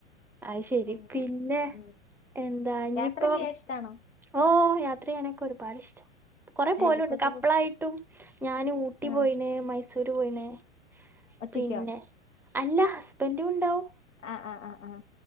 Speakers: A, in the centre; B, on the left (about 75°).
A: അത് ശരി
B: അങ്ങനെ
A: പിന്നെ
B: ഉം
A: എന്താ ഇനിയിപ്പൊ
B: യാത്ര ചെയ്യാൻ ഇഷ്ടാണോ
A: ഓ യാത്ര എനക്ക് ഒരുപാട് ഇഷ്ടം കൊറെ പോയിണ്ട്
B: എവിടക്കൊക്കെ
A: കപ്പളായിട്ടും
B: പോ
A: ഞാന് ഊട്ടി
B: ആഹ്
A: പോയിന് മൈസൂര് പോയിന്
B: ഒറ്റയ്ക്കോ
A: പിന്നെ അല്ല ഹസ്ബൻറും ഉണ്ടാവും
B: ആഹ ആഹ് ആഹ് ആഹ